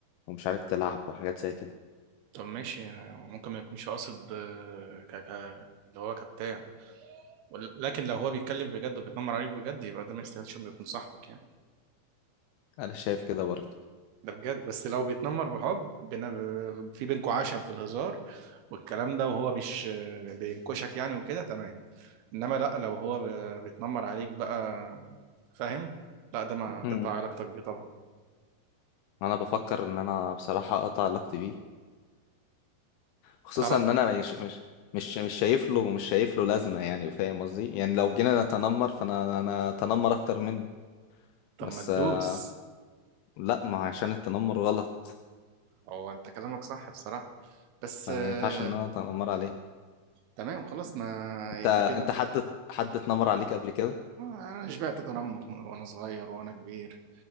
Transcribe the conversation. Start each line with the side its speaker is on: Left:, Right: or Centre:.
Left: ومش عارف تلعب وحاجات زي كده
Right: طب ماشي يعني ممكن ما يكونش قاصد آه، ك... ك... اللي هو كبتاع ول- لكن لو هو بيتكلم بجد وبيتنمر عليك بجد يبقى ده ما يستاهلش إنه يكون صاحبك يعني
Left: انا شايف كده برضه
Right: ده بجد بس لو بيتنمر بحب بن... في بينكوا عشم في الهزار والكلام ده وهو مش بينكشك يعني وكده تمام انما لا لو هو ب- بيتنمر عليك بقى فاهم لا ده ما مم.
Left: مم.
Right: تقطع علاقتك بيه طبعا
Left: انا بفكر ان انا بصراحة اقطع علاقتي بيه خصوصا
Right: تعرف
Left: ان انا مش مش مش مش شايف له مش شايف له لازمه يعني فاهم قصدي يعني لو جينا نتنمر فانا انا اتنمر اكتر منه
Right: طب
Left: بس
Right: ما تدوس
Left: آه، لا ما هو عشان التنمر غلط
Right: هو انت كلامك صح بصراحة بس
Left: فما
Right: آه،
Left: ينفعش ان انا اتنمر عليه
Right: تمام خلاص ما
Left: انت
Right: يبقى كده
Left: انت حد حد اتنمر عليك قبل كده
Right: انا شبعت تنمر وانا صغير وانا كبير